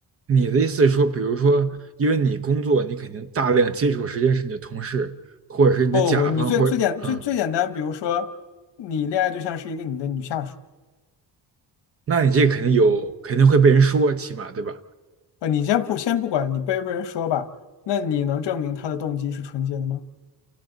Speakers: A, on the right; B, on the left.
A: 你的意思是说，比如说，因为你工作，你肯定大量接触的时间是你的同事，或者是你的甲方，
B: 不不不，你最最简最最简单，
A: 或者嗯，
B: 比如说你恋爱对象是一个你的女下属，
A: 那你这肯定有，肯定会被人说，起码对吧？
B: 呃，你先不先不管你被不被人说吧，那你能证明他的动机是纯洁的吗？